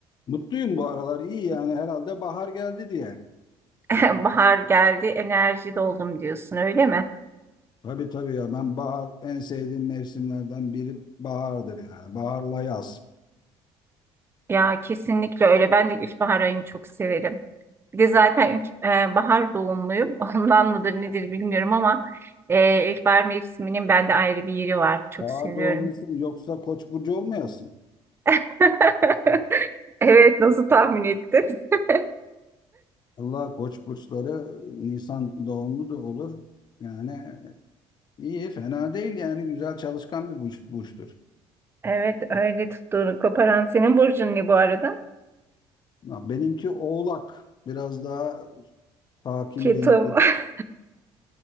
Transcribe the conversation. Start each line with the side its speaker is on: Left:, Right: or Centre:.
Left: mutluyum bu aralar. iyi yani herhalde bahar geldi diye.
Right: <laughs> Bahar geldi. Enerji doldum diyorsun, öyle mi?
Left: Tabii tabii ya ben bahar en sevdiğim mevsimlerden biri bahardır yani. Baharla yaz.
Right: Ya kesinlikle öyle. Ben de ilkbahar ayını çok severim. Bir de zaten ilk, e, bahar doğumluyum. <laughs> Ondan mıdır nedir bilmiyorum ama e, ilkbahar mevsiminin bende ayrı bir yeri var. Çok
Left: Bahar
Right: seviyorum.
Left: doğumlusun yoksa Koç burcu olmayasın.
Right: <laughs> Evet, nasıl tahmin ettin? <laughs>
Left: Allah Koç burçları Nisan doğumlu da olur. Yani İyi, fena değil yani güzel çalışkan bir burç, burçtur.
Right: Evet, öyle tuttuğunu koparan senin burcun ne bu arada?
Left: Ha, Benimki Oğlak. Biraz daha sakin,
Right: Ketum.
Left: dengeli.
Right: <laughs>